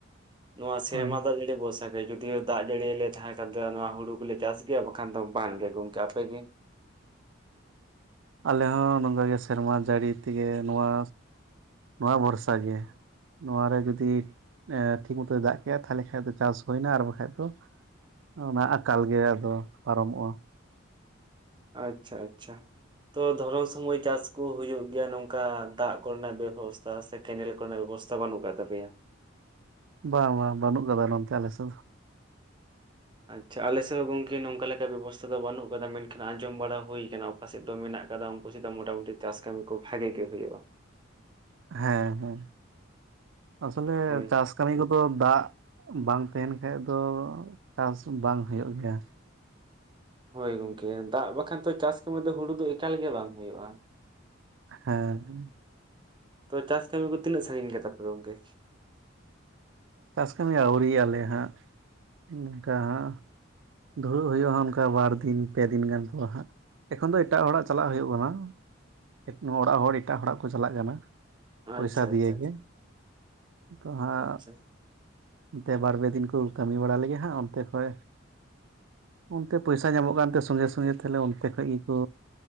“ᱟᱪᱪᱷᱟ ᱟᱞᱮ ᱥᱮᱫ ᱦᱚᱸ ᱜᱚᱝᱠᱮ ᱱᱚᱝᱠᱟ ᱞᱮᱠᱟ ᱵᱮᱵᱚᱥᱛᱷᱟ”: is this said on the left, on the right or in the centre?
Right